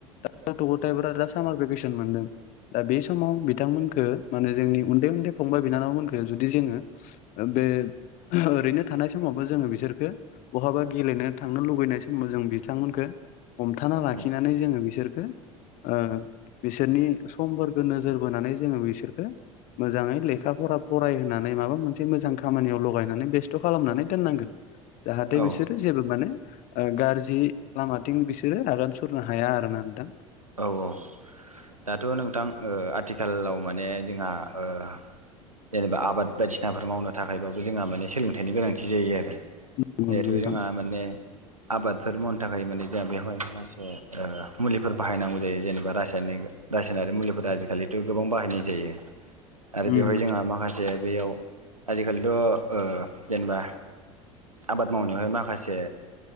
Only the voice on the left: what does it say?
द गथ' गथायफ दा सामार भेकेसन मोनदों दा बे समाव बिथांमोनखो माने जोंनि उनदै उनदै फंबाय बिनानावमोनखो जुदि जोङो बे ओरैनो थानाय समावबो जोङो बिसोरखौ बहाबा गेलेनो थांनो लुबैनाय समाव जों बिथांमोनखौ हमथाना लाखिनानै
जोङो बिसोरखो ओ बिसोरनि समफोरखौ नोजोर बोनानै जोङो बिसोरखौ मोजाङै लेखा फरा फरायहोनानै माबा मोनसे मोजां खामानियाव लगायनानै बेसथ' खालामनानै दोननांगोन जाहाथे
बिसोरो जेबो माने ओ गाज्रि लामाथिं बिसोरो आगान सुरनो हाया आरोना नोंथां
नोंथां
उम